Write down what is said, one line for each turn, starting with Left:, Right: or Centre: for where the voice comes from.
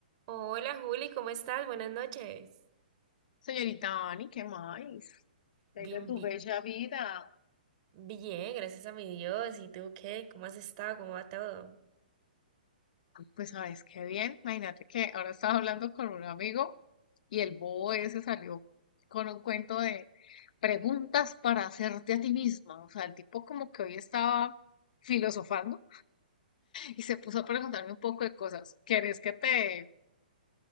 Right: Hola Juli, ¿cómo estás? Buenas noches.
Left: Señorita Ani, ¿qué más? ¿Qué
Right: Bien,
Left: hay de tu
Right: bien,
Left: bella vida?
Right: bien, gracias a mi Dios. ¿Y tú qué? ¿Cómo has estado? ¿Cómo va todo?
Left: Pues sabes qué bien. Imagínate que ahora estaba hablando con un amigo y el bobo ese salió con un cuento de preguntas para hacerte a ti misma. O sea, el tipo como que hoy estaba filosofando y se puso a preguntarme un poco de cosas. ¿Querés que te,